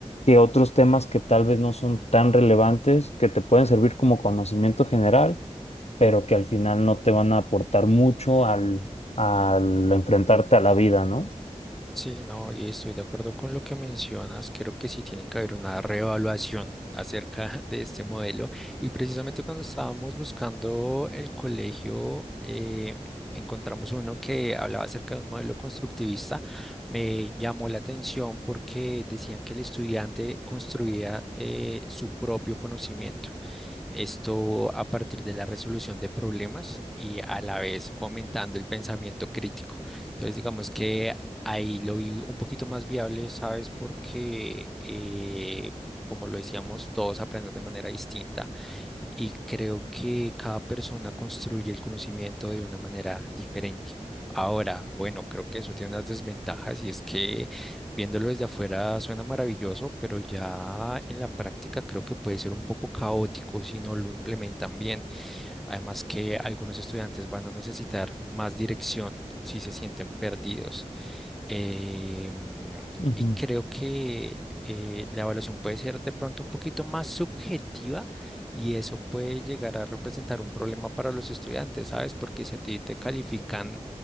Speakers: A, on the left; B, in the centre.
A: que otros temas que tal vez no son tan relevantes, que te pueden servir como conocimiento general, pero que al final no te van a aportar mucho al, al enfrentarte a la vida, ¿no?
B: Sí, no, y estoy de acuerdo con lo que mencionas. Creo que sí tiene que haber una reevaluación acerca <laughs> de este modelo. Y precisamente cuando estábamos buscando el colegio, eh, encontramos uno que hablaba acerca de un modelo constructivista. Me llamó la atención porque decían que el estudiante construía eh, su propio conocimiento. Esto a partir de la resolución de problemas y a la vez fomentando el pensamiento crítico. Entonces, digamos que ahí lo vi un poquito más viable, ¿sabes? Porque, eh, como lo decíamos, todos aprenden de manera distinta y creo que cada persona construye el conocimiento de una manera diferente. Ahora, bueno, creo que eso tiene unas desventajas y es que viéndolo desde afuera suena maravilloso, pero ya en la práctica creo que puede ser un poco caótico si no lo implementan bien. Además que algunos estudiantes van a necesitar más dirección si se sienten perdidos. Eh, mm,
A: Ujú.
B: y creo que eh, la evaluación puede ser de pronto un poquito más subjetiva y eso puede llegar a representar un problema para los estudiantes, ¿sabes? Porque si a ti te califican